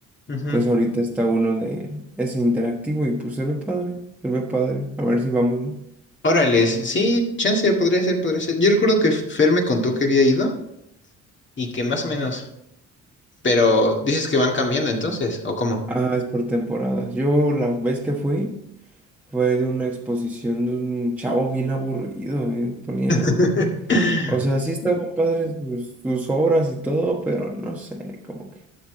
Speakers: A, on the left; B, in the centre.
A: Ujú.
B: pues ahorita está uno de ese interactivo y pues se ve padre, se ve padre. A ver si vamos, ¿no?
A: Órale, sí, chance, podría ser, podría ser. Yo recuerdo que Fer me contó que había ido y que más o menos, pero dices que van cambiando entonces, ¿o cómo?
B: Ah, es por temporadas. Yo la vez que fui Fue de una exposición de un chavo bien aburrido, eh, Ponía.
A: <laughs>
B: O sea, sí estaban padres sus, sus obras y todo, pero no sé, como que